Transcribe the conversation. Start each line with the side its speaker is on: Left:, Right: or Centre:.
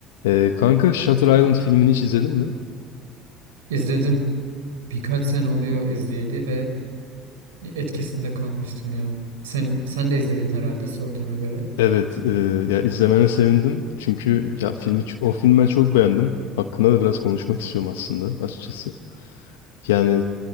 Left: Ee, kanka Shutter Island filmini hiç izledin mi?
Right: İzledim. Birkaç sene oluyor izleyeli ve etkisinde kalmıştım ya. Sen, sen de izledin herhalde sorduğuna göre.
Left: Evet, e, ya izlemene sevindim. Çünkü ya filmi o filmi ben çok beğendim. Hakkında da biraz konuşmak istiyorum aslında açıkçası. Yani